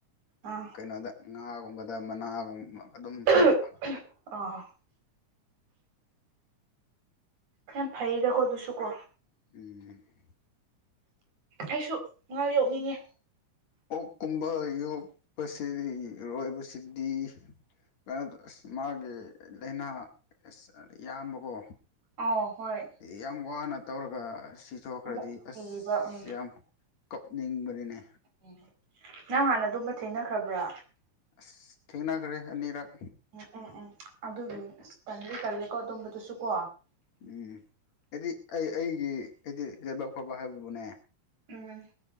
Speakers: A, on the right; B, on the left.
A: ꯑꯥ
B: ꯀꯩꯅꯣꯗ ꯉꯥꯒꯨꯝꯕꯗ ꯃꯅꯥꯒꯨꯝꯕ ꯑꯗꯨꯝ
A: <unintelligible>
B: ꯄꯤꯕ
A: ꯌꯥꯝ ꯐꯩꯗꯀꯣ ꯇꯨꯁꯨ ꯀꯣ
B: ꯎꯝ
A: ꯑꯩꯁꯨ ꯉꯥ ꯌꯣꯛꯅꯤꯡꯉꯦ
B: ꯑꯣꯛ ꯀꯨꯝꯕ ꯌꯣꯛꯄꯁꯤ ꯔꯣꯏꯕꯁꯤꯗꯤ ꯀꯟꯅ ꯑꯁ ꯃꯥꯒꯤ ꯂꯥꯏꯅꯥ <unintelligible> ꯌꯥꯝꯕꯀꯣ
A: ꯑꯥꯎ ꯍꯣꯏ
B: ꯌꯥꯝ ꯋꯥꯅ ꯇꯧꯔꯒ ꯁꯤ ꯊꯣꯛꯈ꯭ꯔꯗꯤ
A: ꯑꯃꯨꯛ
B: ꯑꯁ
A: ꯊꯤꯕ ꯎꯝ
B: ꯌꯥꯝ ꯀꯞꯅꯤꯡꯕꯅꯤꯅꯦ
A: <unintelligible> ꯅꯪ ꯍꯥꯟꯅ ꯑꯗꯨꯝꯕ ꯊꯦꯡꯅꯈ꯭ꯔꯕ꯭ꯔꯥ
B: ꯑꯁ ꯊꯦꯡꯅꯈ꯭ꯔꯦ ꯑꯅꯤꯔꯛ
A: ꯎꯝ ꯎꯝ ꯎꯝ ꯑꯗꯨꯒꯤ ꯇꯟꯗꯤ ꯇꯜꯂꯦꯀꯣ ꯑꯗꯨꯝꯕꯗꯨꯁꯨ ꯀꯣ
B: ꯎꯝ ꯍꯥꯏꯗꯤ ꯑꯩ ꯑꯩꯒꯤ ꯍꯥꯏꯗꯤ ꯂꯩꯕꯛ ꯐꯕ ꯍꯥꯏꯕꯕꯨꯅꯦ
A: ꯎꯝ